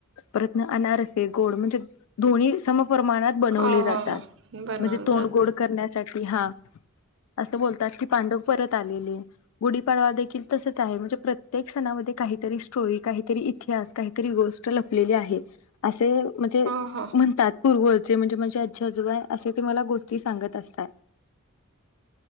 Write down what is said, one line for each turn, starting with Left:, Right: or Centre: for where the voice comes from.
Left: परत अनारसे गोड म्हणजे दोन्ही सम प्रणात बनव
Right: हो
Left: जातात
Right: हो हो बनवून
Left: म्हणजे तोंड
Right: जात
Left: गोड करण्यासाठी ति हा. अस बोलतात की पांडव परत आलेले, गुढीपाडवा देखील तसच आहे म्हणजे प्रत्येक सणामध्ये काहीतरी स्टोरी, काहीतरी इतिहास, काहीतरी गोष्ट लपलेली आहे असं - ते म्हणजे
Right: हो हो
Left: म्हणतात पूर्वज- ते म्हणजे माझे आजी आजोबा असे ते मला गोष्टी सांगत असतात.